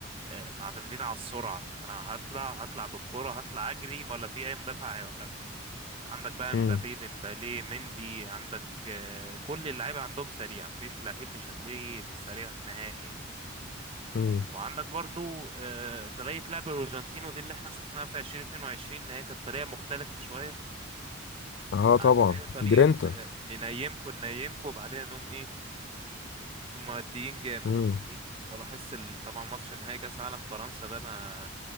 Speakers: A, on the right (about 30°); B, on the left (about 60°).
A: آه، معتمدين على السرعة انا هطلع هطلع بالكرة هطلع اجري ولا في اي مدافع هيوقفني عندك بقى
B: مم.
A: مبابي ديمبالي مندي عندك آه، كل اللعيبة عندهم سريع مفيش لعيب مش هتلاقيه مش سريع نهائي يعني
B: مم.
A: وعندك برضو آه، طريقة لعب الأرجنتين ودي اللي احنا شفناها في 2022 إن هي كانت طريقة مختلفة شوية
B: أه طبعا
A: عن إن هي طريقة
B: جرينتا
A: آه، ننيمكوا ننيمكوا وبعدين نقوم إيه مؤديين جامد
B: مم.
A: فاهمني لو لاحظت ال- طبعا ماتش نهائي كاس عالم فرنسا ده ما